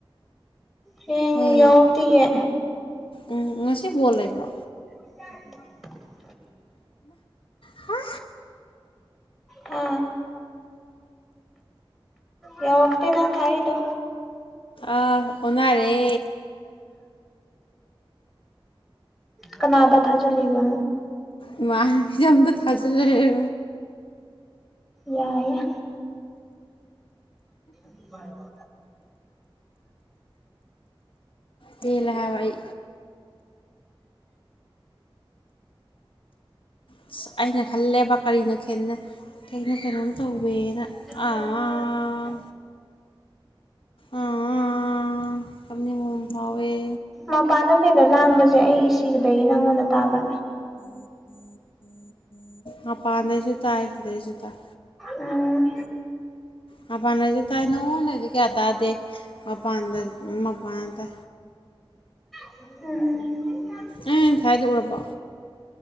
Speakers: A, in the centre; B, on the left.
A: ꯍꯌꯦꯡ
B: ꯃꯣꯏ
A: ꯌꯧꯔꯛꯇꯤꯌꯦ
B: ꯎꯝ ꯉꯁꯤ ꯐꯣꯜ ꯂꯩꯕ꯭ꯔꯣ
A: <inaudible>
B: ꯍꯥ
A: ꯍꯥ ꯌꯧꯔꯛꯇꯦ ꯅꯪ ꯊꯥꯔꯛꯏꯗꯣ
B: ꯑ ꯑꯣꯟꯅꯔꯦ
A: ꯀꯅꯥꯗ ꯊꯥꯖꯜꯂꯤꯕ
B: ꯏꯃꯥꯟꯅꯕꯤ ꯑꯃꯗ ꯊꯥꯖꯤꯜ ꯂꯩ
A: ꯌꯥꯏꯌ ꯅꯨꯡꯉꯥꯏꯌꯦꯕ
B: ꯄꯦꯜꯂꯦ ꯍꯥꯏꯕ ꯑꯩ ꯑꯁ ꯑꯩꯅ ꯈꯜꯂꯦꯕ ꯀꯔꯤꯅ ꯈꯦꯠꯅꯩ ꯀꯩꯅꯣ ꯀꯩꯅꯣꯝ ꯇꯧꯋꯦꯅ
A: <unintelligible>
B: ꯑꯥ ꯑ ꯑ ꯑ ꯀꯞꯅꯤꯡꯕꯃ ꯐꯥꯎꯌꯦ
A: ꯃꯄꯥꯟꯗ ꯀꯩꯗ ꯂꯥꯡꯕꯖꯦ ꯑꯩꯒꯤ ꯁꯤꯗꯒꯤ ꯅꯪꯉꯣꯟꯗ ꯇꯥꯕ꯭ꯔ
B: ꯃꯄꯥꯟꯗꯩꯁꯨ ꯇꯥꯏ ꯁꯤꯗꯩꯁꯨ ꯇꯥꯏ
A: ꯎꯝ
B: ꯃꯄꯥꯟꯗꯩꯖꯨ ꯇꯥꯏ ꯅꯉꯣꯟꯗꯩꯗꯤ ꯀꯌꯥ ꯇꯥꯗꯦ ꯃꯄꯥꯟꯗ ꯃꯄꯥꯟꯗ
A: ꯎꯝ
B: ꯑꯩꯅ ꯊꯥꯏꯗꯣ ꯎꯔꯕꯣ